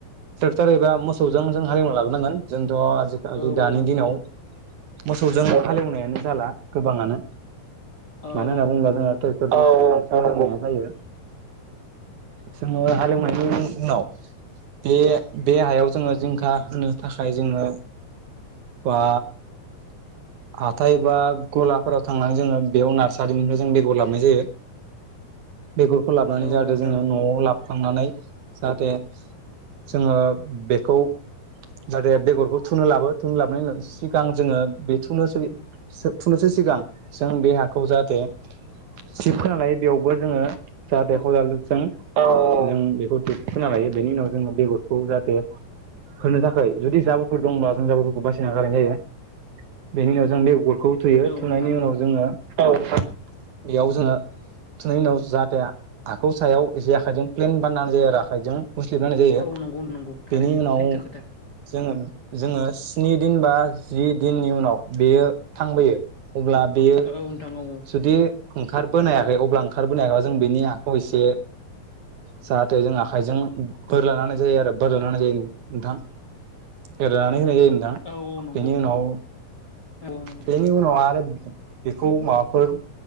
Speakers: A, on the right (about 65°); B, on the left (about 45°).
A: ट्रेक्टर एबा मोसौजों जों हालेवना लाबोनांगोन थ' आजिखालि
B: औ
A: दानि
B: औ नंगौ
A: दिनाव
B: नोंथां
A: मोसौजों हालेवनायानो जाला गोबाङानो
B: औ
A: मानो होनना
B: औ नोंथां
A: बुङोब्ला
B: नंगौ
A: जोंहा ट्रेटर औऔ जानांगौबो जायो जोङो हालेवनायनि उ-उनाव। बे बे हायाव जोङो
B: औ
A: जिंखा होनो थाखाय जोङो बा हाथाय बा गलाफोराव थांनानै जोङो बेयाव नार्सारिनिफाय जों बेगर लाबनाय जायो। बेगरखौ लाबनानै
B: औ औ
A: जादो
B: नोंथां
A: जोङो
B: नंगौ
A: न'आव लाबखांनानै जाहाथे जोङो बेखौ जाहाथे बेगरखौ थुनो लाबो थुननो लाबनायनि उनाव सिगां जोङो बे थुनोसोबि सो थुनोसो सिगां जों बे हाखौ जाहाथे सिशब होना लायो बेयावबो जोङो जाहाथे
B: औ
A: खदालजों <unintelligible> बेखौ खोना लायो बेनि उनाव जोङो बेगरखौ जाहाथे होनो थाखाय जुदि जाबोरफोर दंबा जों जाबोफोरखौ बासिना गायनाय जायो बेनि उनाव जों बेगरखौबो थुयो
B: औ
A: थुनायनि
B: नोंथां नंगौ
A: उनाव जोङो औ बेयाव जोङो थुनायनि उनाव जाहाथे हाखौ सायाव एसे आखाइजों प्लेन बानायनानै जायो आरो आखाइजों मुस्लिद होनाय जायो
B: औ नंगौ नंगौ थारैनो
A: बेनि उनाव
B: सैथो खोथा
A: जोङो जोङो स्नि दिन बा जि दिननि उनाव बेयो थांबोयो अब्ला बेयो
B: औ नोंथां औ औ
A: जुदि ओंखारबोनो हायाखै अब्ला ओंखारबोनो हायाखैब्ला जों बिनि हाखौ एसे जाहाथे जों आखाइजों बोरलाना होनाय जायो आरो बोरलाना होनाय जायो नोंथां बोरलानानै होनाय जायो नोंथां
B: औ
A: बेनि
B: नोंथां
A: उनाव
B: औ नंगौ नोंथां
A: बेनि उनाव आरो बेखौ माबाफोर